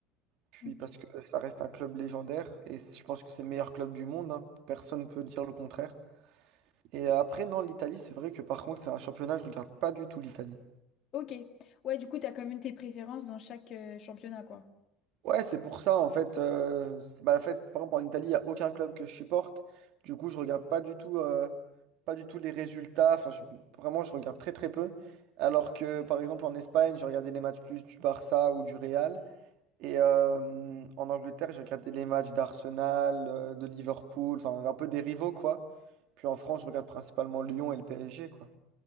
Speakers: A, on the right; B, on the left.
A: Puis
B: Ok.
A: parce que ça reste un club légendaire et je pense que c'est le meilleur club du monde, hein. Personne ne peut dire le contraire. Et euh, après, non, l'Italie, c'est vrai que par contre, c'est un championnat, je regarde pas du tout l'Italie.
B: Ok. Ouais, du coup, t'as quand même tes préférences dans chaque euh, championnat, quoi.
A: Ouais, c'est pour ça, en fait, euh, c'est- bah, en fait, par exemple, en Italie, il n'y a aucun club que je supporte. Du coup, je regarde pas du tout, euh, pas du tout les résultats. Enfin, je- vraiment, je regarde très, très peu. Alors que, par exemple, en Espagne, je regardais les matchs plus du Barça ou du Real. Et euh, en Angleterre, j'ai regardé les matchs d'Arsenal, euh, de Liverpool, enfin, un peu des rivaux, quoi. Puis en France, je regarde principalement Lyon et le PSG, quoi.